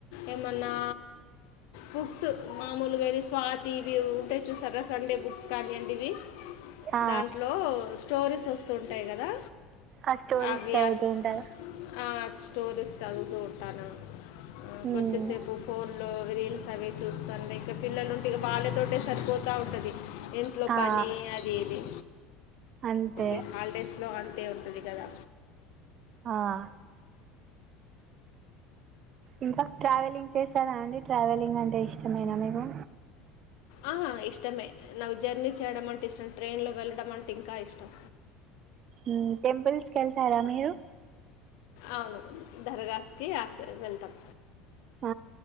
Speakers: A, on the left (about 75°); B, on the right (about 40°).
A: ఏమన్నా బుక్స్ మామూలుగా స్వాతి ఇవి ఉంటే చూసారా సండే బుక్స్ కానీవండి ఇవి
B: ఆ
A: దాంట్లో స్టోరేస్ వస్తూ ఉంటాయి కదా
B: ఆ స్టోరీస్
A: అవి
B: చదువుతూ
A: ఆ స్-
B: ఉంటారా
A: ఆ స్టోరీస్ చదువుతూ ఉంటాను
B: మ్మ్
A: కొద్దిసేపు ఫోన్ లో రీల్స్ అవి చూస్తను ఇ పిల్లలుంటికి వాళ్ళతోటీ సరిపోతా ఉంటుది ఇంట్లో
B: ఆ
A: పని అది ఇది
B: అంతే
A: ఇ హాలిడేస్ లో అ ట్టే ఉంటది కదా
B: ఆ ఇంకా ట్రావెలింగ్ చేసారా అండి ట్రావెలింగ్ అంటే ఇష్టమేనా మీకు
A: ఆ ఇష్టమే నాకు జర్నీ చేయడం అంటే ఇష్టం ట్రైన్లో వెళ్ళడం అంటే ఇంకా ఇష్టం
B: ఉ టెంపుల్స్కి వెళ్తారా మీరు
A: అవును దర్గాసికి వెళ్తాం
B: ఆ